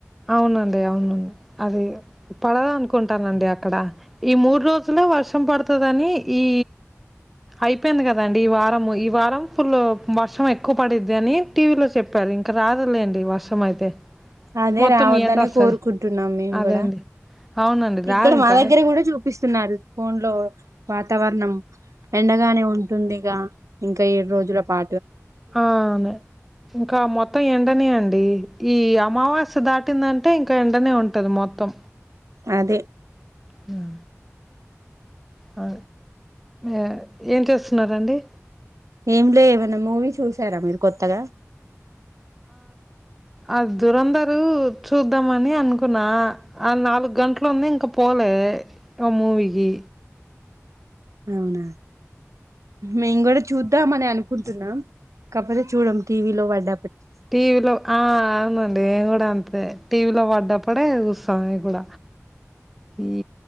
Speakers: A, in the centre; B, on the right.
A: అవునండి అవును. అది పడదనుకుంటానండి అక్కడ ఈ మూడు రోజులు వర్షం పడుతదని ఈ అయిపోయింది కదండి ఈ వారము ఈ వారం ఫుల్ వర్షం ఎక్కువ పడిద్ది అని టీవీ లో చెప్పా రు ఇంక రాదులేండి వర్షం అయితే.
B: అదే
A: మొత్తం
B: రావద్దనే
A: ఎండొస్తది.
B: కోరుకుంటున్నాం మేము
A: అదే
B: గూడ
A: అండి. అవునండి. రాదింకా.
B: ఇక్కడ మా దగ్గర కూడ చూ పిస్తున్నారు ఫోన్ లో వాతావరణం. ఎండగానే ఉంటుందిగా ఇంకా ఏడు రోజుల పా
A: ఆఁ ఇంకా మొత్తం ఎండనే అండి. ఈ అమావాస్య దాటిందంటే ఇంకా ఎండనే ఉంటది మొత్తం.
B: అదే
A: మ్ అ ఎ ఏం చేస్తున్నండి?
B: ఏం లే ఏమన్న మూవీ చూశారా మీరు కొత్తగా?
A: అ దురంధరూ చూద్దామని అనుకున్నా ఆ నాలుగు గంటలు ఉంది ఇంకా పోలే. ఆ మూవికీ
B: అవునా మేం గూడ చూద్దామని అనుకుంటున్నా కాకపోతే చూడం టీవీలో పడ్డ
A: టీవీలో ఆ అవునండి ఏం కూడ అంతే! టీవీ లో పడ్డప్పుడే చూస్త నే గూడ ఈ